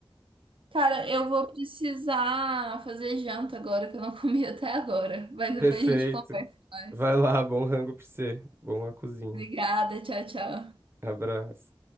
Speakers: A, on the right (about 75°); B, on the right (about 25°).
A: Cara, eu vou precisar fazer janta agora, que eu não <laughs> comi até agora, mas depois
B: Perfeito.
A: a gente conversa mais.
B: Vai lá, bom rango pra você. Boa cozinha.
A: Obrigada, tchau, tchau.
B: Abraço.